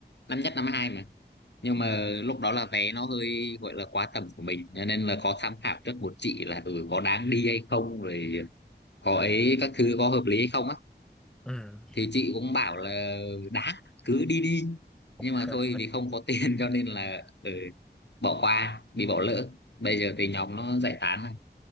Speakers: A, on the left; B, in the centre.
A: năm nhất năm hai mà nhưng
B: ừ
A: mà lúc đó là vé nó hơi gọi là quá tầm của mình cho nên là có tham khảo trước một chị là ừ có đáng đi hay không rồi có ấy các thứ có hợp lý hay không á
B: ừ
A: thì chị cũng bảo là đáng cứ đi đi nhưng
B: <laughs>
A: mà thôi vì không có <laughs> tiền cho nên là ừ, bỏ qua bị bỏ lỡ bây giờ thì nhóm nó giải tán rồi